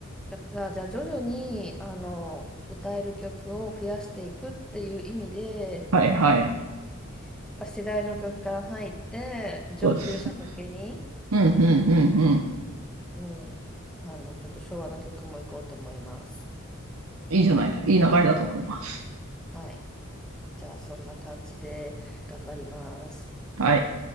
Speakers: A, in the centre; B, on the right.
A: だじゃあ、じゃあ徐々に、あの、歌える曲を増やしていくっていう意味で、
B: はいはい。
A: あのやっぱ世代の曲から入って、上級者向けに、
B: そうです。うん、うん、
A: あの、
B: うん、うん。
A: うん、あの、ちょっと昭和の曲も行こうと思います。
B: いいじゃない。いい流れだと思います。
A: はい。じゃあそんな感じで頑張ります。
B: はい。